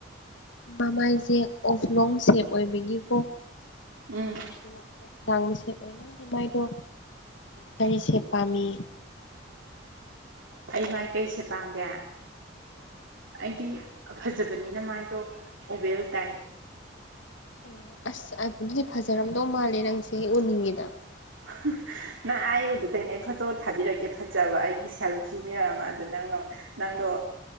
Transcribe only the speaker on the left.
ꯃꯃꯥꯏꯁꯦ ꯑꯣꯐ ꯂꯣꯡ ꯁꯦꯞ ꯑꯣꯏꯕꯒꯤꯀꯣ
ꯃꯃꯥꯏꯗꯣ ꯂꯥꯡꯕꯁꯦ ꯑꯣꯏꯅꯪꯗꯤ ꯃꯥꯏꯗꯣ ꯀꯔꯤꯁꯦ ꯄꯥꯝꯃꯤ
ꯑꯣ ꯑꯁ ꯑꯗꯨꯗꯤ ꯐꯖꯔꯝꯗꯧ ꯃꯥꯜꯂꯦ ꯅꯪ ꯁꯤ ꯎꯅꯤꯡꯉꯤꯗ